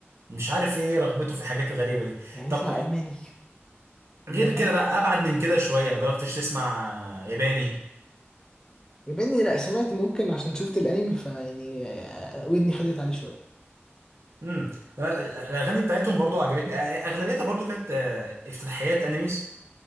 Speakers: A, on the right; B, on the left.
A: مش عارف ايه رغبته في الحاجات الغريبه دي
B: يعني
A: طب
B: اسمع ألماني ده
A: غير
B: العيال
A: كده بقى ابعد من كده شويه مجربتش تسمع ياباني
B: ياباني لا سمعت ممكن عشان شفت الأنمي فيعني آه، ودني خدت عليه شوية
A: امم الاغاني بتاعتهم برضو عجبتني اغلبيتها برضو كانت آه، افتتاحيات انيميز